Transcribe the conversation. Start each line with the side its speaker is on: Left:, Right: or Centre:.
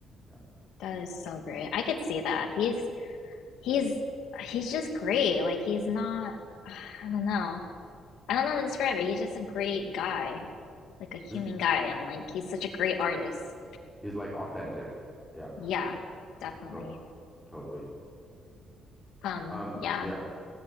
Centre: Yeah.
Left: That is so great. I could see that. He's he's he's just great. Like he's not I don't know. I don't know how to describe it. He's just a great guy. Like a human
Centre: He's,
Left: guy and like he's such a great artist.
Centre: he's like authentic. Yeah.
Left: Yeah, definitely.
Centre: Yeah. To- totally.
Left: Um,
Centre: Um,
Left: yeah.
Centre: yeah.